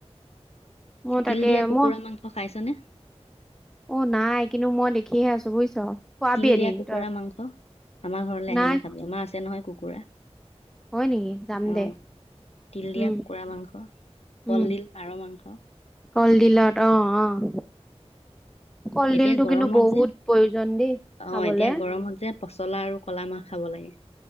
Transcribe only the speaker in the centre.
অ
তাকে
ম
অ' নাই। কিন্তু মই দেখিহে আছো বুজিছ। খোৱাবি
এদিন
তই
নাই
হয় নেকি যাম
দে
উম
উম
কলডিলত অ', অ'। কলডিলটো
কিন্তু বহুত
প্ৰয়োজন দেই
খাবলে।